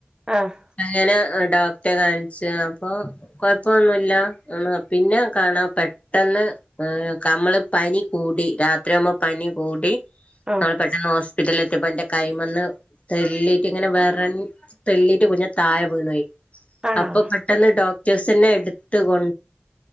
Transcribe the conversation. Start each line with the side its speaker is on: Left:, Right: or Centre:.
Right: ആഹ്
Left: അങ്ങനെ ആഹ് ഡോക്ടറെ കാൺച്ച് അപ്പൊ കൊഴപ്പൊന്നുല്ലാ എന്ന് പർഞ്ഞു പിന്നെ കാണാ പെട്ടെന്ന് ഏഹ് കമ്മള് പനി കൂടി രാത്രിയാവുമ്പാെ പനികൂടി
Right: ആഹ്
Left: അങ്ങനെ പെട്ടെന്ന് ഹോസ്പിറ്റലിലെത്തിയപ്പാെ ഇന്റെ കൈമന്ന് തെല്ലീട്ട്ങ്ങനെ വെറഞ്ഞ് തെല്ലിട്ട് കുഞ്ഞ് താഴെ വീണോയി
Right: ആണോ
Left: അപ്പൊ പെട്ടെന്ന് ഡോക്ടേഴ്സെന്നെ എടുത്ത് കൊ